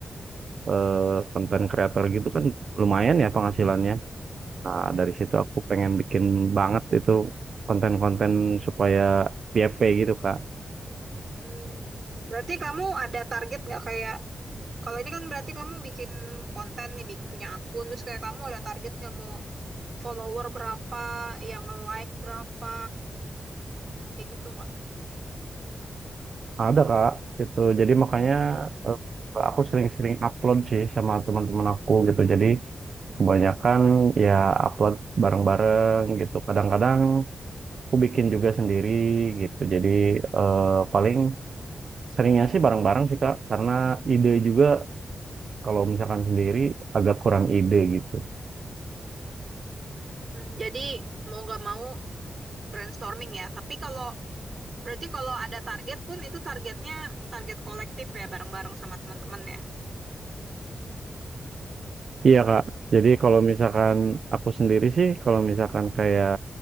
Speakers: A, on the right (about 55°); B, on the right (about 40°).
A: eh, konten kreator gitu kan lumayan ya penghasilannya. Nah, dari situ aku pengen bikin banget itu konten-konten supaya PFP gitu, Kak.
B: Hmm. Berarti kamu ada target nggak kayak Kalau ini kan berarti kamu bikin konten nih, bik- punya akun, terus kayak kamu ada target nggak mau follower berapa, yang like berapa, kayak gitu nggak?
A: Ada, Kak, gitu. Jadi makanya eh, aku sering-sering upload sih sama teman-teman aku gitu. Jadi kebanyakan ya upload bareng-bareng gitu. Kadang-kadang aku bikin juga sendiri gitu. Jadi eh, paling seringnya sih bareng-bareng sih, Kak, karena ide juga kalau misalkan sendiri agak kurang ide gitu.
B: Hmm, jadi mau nggak mau brainstorming ya. Tapi kalau berarti kalau ada target pun itu targetnya target kolektif ya, bareng-bareng sama teman-teman ya.
A: Iya Kak, jadi kalau misalkan aku sendiri sih, kalau misalkan kayak